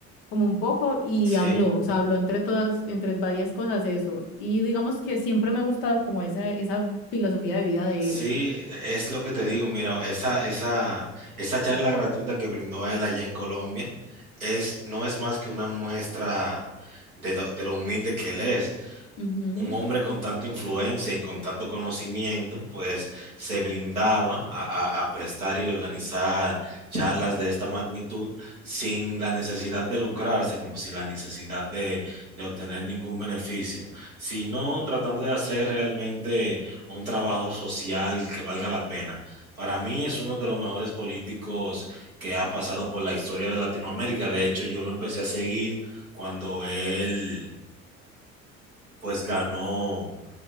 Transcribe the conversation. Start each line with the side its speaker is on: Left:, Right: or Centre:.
Left: como un poco y
Right: Sí.
Left: habló, o sea, habló entre todas, entre varias cosas eso. Y digamos que siempre me ha gustado como esa, esa filosofía de vida de
Right: Sí,
Left: él.
Right: e, es lo que te digo, mira, esa, esa, esa charla gratuita que brindó a él allá en Colombia es, no es más que una muestra de lo, de lo humilde que él es
Left: Ujú,
Right: un hombre con tanta influencia y con tanto conocimiento, pues se brindaba a, a- a prestar y organizar charlas de esta magnitud sin la necesidad de lucrarse, como si la necesidad de, de obtener ningún beneficio, sino tratando de hacer realmente un trabajo social que valga la pena. Para mí es uno de los mejores políticos que ha pasado por la historia de Latinoamérica. De hecho, yo lo empecé a seguir cuando él, pues, ganó